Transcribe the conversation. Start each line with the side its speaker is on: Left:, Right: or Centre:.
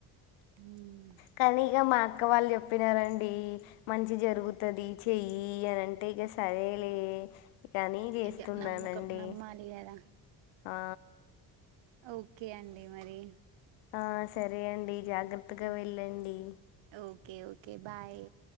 Right: హ్మ్
Left: కానీ ఇగ మా అక్ క్క వాళ్ళు చెప్పినరండీ. మంచి జరుగుతది
Right: ఉమ్,
Left: చెయ్యీ అని అంటే ఇగ సరేలే ఇగనీ చేస్తున్నానండీ.
Right: ఇక నమ్మకం నమ్మాలి కదా
Left: ఆ
Right: ఓకే అండి మరీ.
Left: ఆ సరే అండి. జాగ్రత్తగా
Right: ఉమ్,
Left: వెళ్ళండీ.
Right: ఓకే ఓకే బాయ్